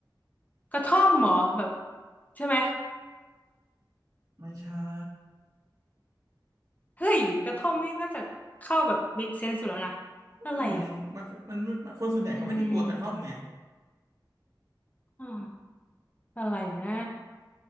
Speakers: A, on the left (about 20°); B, on the right (about 45°).
A: กระท่อมเหรอแบบใช่ไหม
B: ไม่ใช่
A: เฮ้ยกระท่อมนี่น่าจะเข้าแบบ make sense สุดแล้วนะ
B: อืมมันมันมันคนส่วนใหญ่เขาไม่ได้กลัวกระท่อมไง
A: อะไรอ่ะอืมอาวอะไรนะ